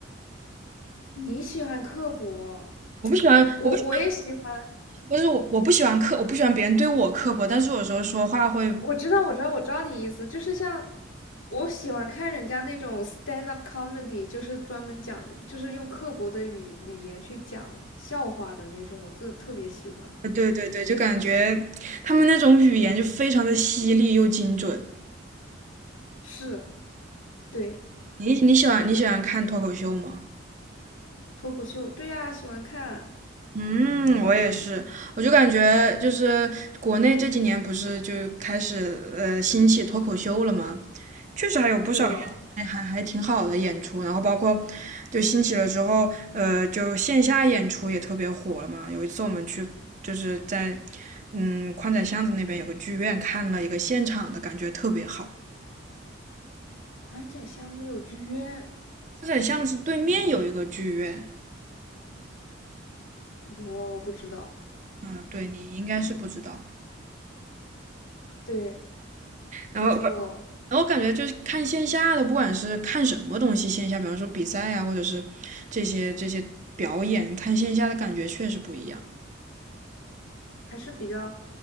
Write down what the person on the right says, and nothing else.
我不喜欢，
我不喜，我就是我，我不喜欢刻，我不喜欢别人对我刻薄，但是有时候说话会，
呃对对对，就感觉他们那种语言就非常的犀利又精准。
你你喜欢你喜欢看脱口秀吗？
嗯，我也是，我就感觉就是国内这几年不是就开始呃兴起脱口秀了吗？确实还有不少还还还挺好的演出，
然后包括就兴起了之后，呃，就线下演出也特别火了嘛。有一次我们去就是在嗯宽窄巷子那边有个剧院看了一个现场的，感觉特别好。
宽窄巷子对面有一个剧院，
嗯，对你应该是不知道。
然后
然后感觉就是看线下的，不管是看什么东西，线下比方说比赛啊，或者是这些这些表演，看线下的感觉确实不一样。